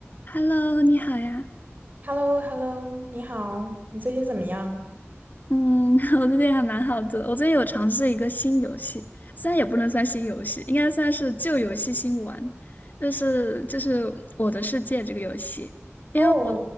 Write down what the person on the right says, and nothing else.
h e l l o h e l l o 你好，你最近怎么样？
哦